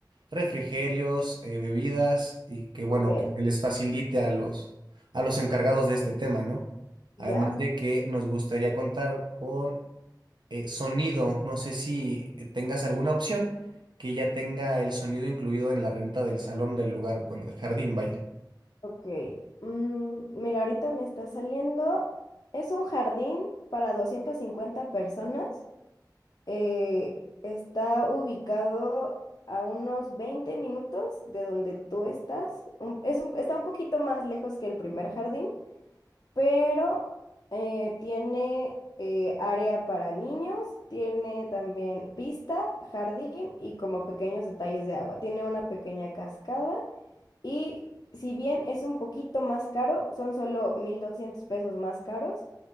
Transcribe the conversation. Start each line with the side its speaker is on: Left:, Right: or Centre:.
Right: refrigerios, eh, bebidas y que bueno,
Left: Ok,
Right: que se les facilite a los, a los encargados de este tema, ¿no? Además
Left: ya,
Right: de que nos gustaría contar con eh, sonido. No sé si eh, tengas alguna opción que ya tenga el sonido incluido en la renta del salón del lugar, bueno, del jardín, vaya.
Left: ok. Mm, mira, ahorita me está saliendo. Es un jardín para 250 personas. Eh, está ubicado a unos 20 minutos de donde tú estás. Un- es un- está un poquito más lejos que el primer jardín. pero eh, tiene eh, área para niños, tiene también pista, jardín y como pequeños detalles de agua. Tiene una pequeña cascada y si bien es un poquito más caro, son solo 1.200 pesos más caros